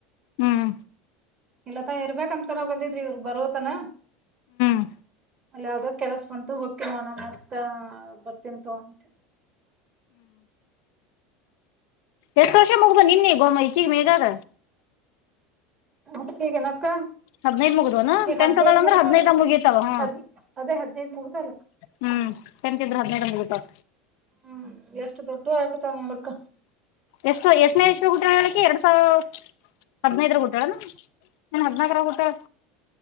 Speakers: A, on the left; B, on the right.
A: ಹ್ಮ್
B: ಇಲ್ಲತ ಇರ್ಬೇಕಂತನ ಬಂದಿದ್ರಿ ಇವ್ರ ಬರೋತನ
A: ಹ
B: ಅಲ್ಲಿ ಯಾವ್ದೋ ಕೆಲಸ ಬಂತು ಹೊಕ್ಕಿ ಮನ ಮತ್ತ ಬರ್ತಿನ್ ತಗೋ ಅಂತ.
A: ಎತ್ತು ವರ್ಷ ಮುಗ್ದ ನಿನ್ನಿ ಗೋಮ ಈಚೀಗ ಮೇದಾದ.
B: ಅಕ್ಕಗೆನ ಅಕ್ಕ.
A: ಹದ್ನೈದ್ ಮುಗ್ದವನು
B: ಅಕೆ
A: ಟೆಂತ್
B: ಹದ್ನೈದ
A: ಅದಾಳ ಅಂದ್ರ
B: ಮುಗ್ದ
A: ಹದ್ನೈದ
B: ಅಲ
A: ಮುಗಿತಾವ ಹ್ಮ
B: ಹದ್ ಅದೇ ಹದ್ನೈದು ಮುಗ್ದ ಅಲಕ್.
A: ಹ್ಮ್ ಚೆಂತಿದ್ರೆ ಹದ್ನೈದ್ ಮುಗಿತಾವ.
B: ಹ್ಮ್ ಎಷ್ಟು ದೊಡ್ಡವ ಆಗ್ಬಿಡ್ತಾವೆ ನೋಡಕ್.
A: ಎಷ್ಟು ಎಷ್ಟನೇ ಇಸ್ವಿಯಲ್ಲಿ ಹುಟ್ಟುಳ ಆಕಿ ಎರಡ್ ಸಾವಿರ್ ಹದ್ನೈದರ ಊಟ್ಟಾಳೇನ್ ಹದ್ನಾಕರ ಹುಟ್ಟಾಳ.